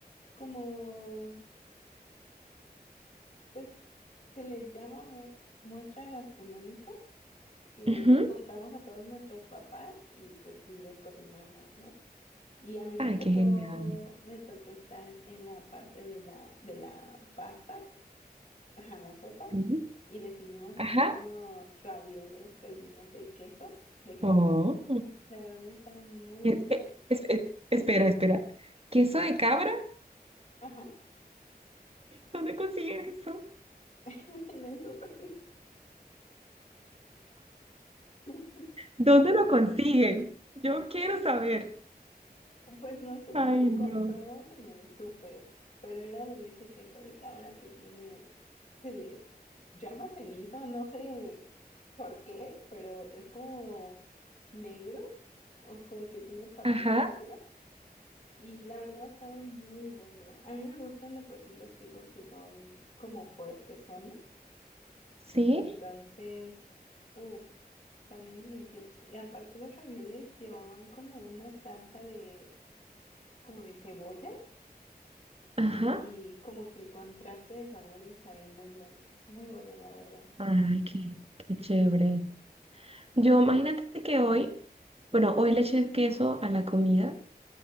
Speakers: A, on the left (about 50°); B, on the right (about 40°).
A: como, pues se les llama mu- muestra gastronómica, que
B: Ujú.
A: juntamos a todos nuestros papás y pues les cocinamos, ¿no? Y a mí me
B: Ay,
A: tocó,
B: qué genial.
A: me tocó estar en la parte de la, de la pasta ajá, la sopa
B: Sí.
A: y decidimos
B: Ajá.
A: hacer unos ravioles rellenos de queso de cabra.
B: Oh.
A: La verdad están muy
B: Espe-
A: buenos.
B: es, es- Espera, espera. ¿Queso de cabra?
A: Ajá,
B: ¿Dónde consiguen eso?
A: <laughs> en el súper. <laughs>
B: ¿Dónde lo consiguen? Yo quiero saber.
A: Pues nosotros
B: Ay,
A: lo
B: no.
A: compramos en el súper, pero era de ese queso de cabra que tiene, se le llama cenizo, no sé por qué, pero es como negro o como que tiene partes
B: Ajá,
A: negras. Y la verdad sabe muy bueno. A mí me gustan de por sí los quesos que son como fuertesones
B: sí,
A: Entonces, uff, sabían deliciosos. Y aparte los ravioles llevaban como una salsa de, como de cebolla
B: ajá.
A: y como que el contraste de sabores sabía muy bueno. Muy bueno, la verdad.
B: Ay, qué, qué chévere. Yo imagínate que hoy, bueno, hoy le eché queso a la comida,